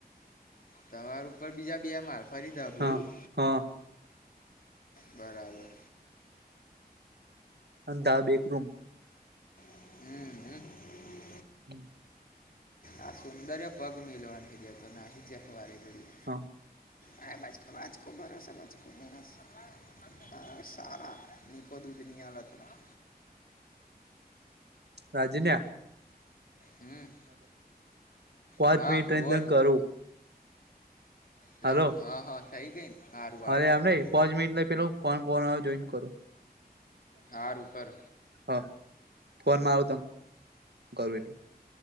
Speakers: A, on the left; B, on the right.
A: થ <inaudible> <unintelligible> તમાર ઉપર બીજા બે માર ફરીદા હું
B: હા
A: એવું.
B: હા
A: બરાબર.
B: અંધા બેકરૂમ
A: હમ હમ.
B: હમ
A: આ સુંદર્ પગ મેલવાન નથી દેતો ના જહે વારેગડી.
B: હા
A: અ બાજકો આજકો ભરોસ બાજકો ભરોસો હ સારા નીકો દૂધનીયળ અથલા
B: રાજ્યના
A: હમ
B: પાંચ
A: હા
B: મિનિટ તને
A: બોલ
B: કરું
A: લવ
B: હાલો
A: હા હા થઈ ગઈ ને. સારું સારું
B: અરે
A: સારું
B: એમ પાંચ મિનિટ પેલુ કોઈ ફોન જોઇને કરું
A: હ ઉપર
B: હ ફોન મા આવુ તમને કરૂ એટલે.